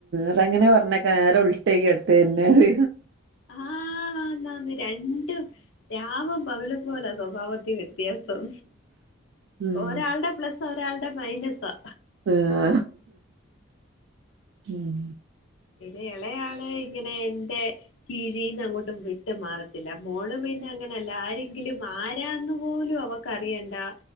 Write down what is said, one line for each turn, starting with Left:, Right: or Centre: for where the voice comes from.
Right: അത് അങ്ങനെ പറഞ്ഞേക്ക നേരെ ഉൾട്ടേക്കു അടുത്ത് വരുണെത്
Left: ആഹ് ഇന്നാന്ന് രണ്ടും രാവും പകലും പോലാ സ്വഭാവത്തി വ്യത്യാസം
Right: ഉം
Left: ഒരാളുടെ പ്ലസ് ഒരാളുടെ മൈനസാ.
Right: ഹ് ഉം
Left: പിന്നെ ഇളയാള് ഇങ്ങനെ എന്റെ കീഴീന്ന് അങ്ങോട്ടു വിട്ട് മാറ തില്ല മോള് പിന്നെ അങ്ങനെല്ലാരീം കിലും ആരാന്ന് പോലും അവക്കറിയണ്ടാ